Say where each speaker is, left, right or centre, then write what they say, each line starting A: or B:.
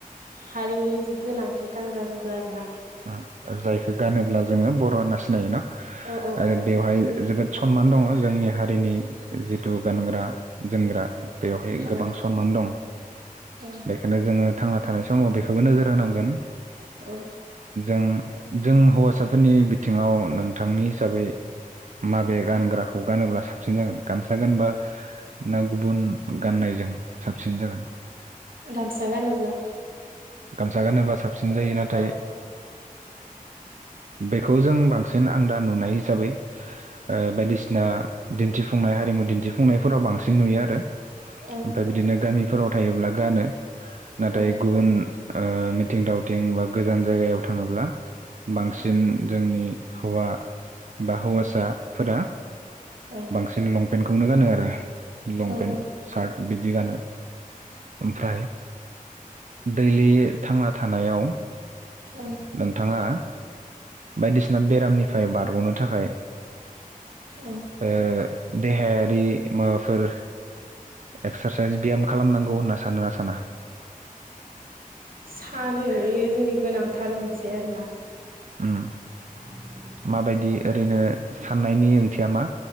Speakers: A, on the right; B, on the right.
A: हारिमुनि जि गोनांथार गानग्रा जोमग्रा आरोना?
B: ओम जायखौ गानोब्ला जोङो बर' होनना सिनायोना
A: औ औ
B: आरो
A: औ
B: बेवहाय
A: जों
B: जोबोद सनमान दङ जोंनि हारिनि। जिहेथु गानग्रा जोमग्रा बेवहाय
A: औ
B: गोबां सनमान दं,
A: औ
B: बेखायनो जोङो थां थानाय समाव बेखौबो नोजोर होनांगोन।
A: औ
B: ओम जों हौवासाफोरनि बिथिङाव नोंथांनि हिसाबै माबे गानग्राखौ गानोब्ला साबसिन जागोन? गामसा गानबा ना गुबुन गाननायजों साबसिन जागोन?
A: गामसा गानोल्बा।
B: गामसा गानोबा साबसिन जायो। नाथाय
A: औ
B: बेखौ जों बांसिन आं दा नुनाय हिसाबै ओ बायदिसिना दिन्थि फुंनाय हारिमु दिन्थिफुंनायफोराव बांसिन नुयो आरो। ओमफ्राय
A: ओं
B: बिदिनो गामिफोराव थायोब्ला गानो। नाथाय
A: ओं
B: ओ मिथिं दावथिं बा गोजान जायगायाव थाङोब्ला। बांसिन
A: औ
B: जोंनि हौवा बा हौवासाफोरा
A: औ
B: बांसिन लंपेन्टखौनो गानो आरो। ओ लंपेन्ट
A: औ ओं
B: सार्ट बिदि गानो। ओमफ्राय दैलि थांना थानायाव
A: ओं
B: नोंथाङा बायदिसिना बेरामनि फ्राय बारग'नो थाखाय
A: ओं
B: ओ देहायारि माबाफोर एक्सारसाइस ब्याम खालामनांगौ होनना सानो ना साना? <inaudible>
A: सानो बेयो जोंनि गोनांथार मोनसे आरोना।
B: उम
A: <inaudible>
B: माबायदि ओरैनो साननायनि ओंथिया मा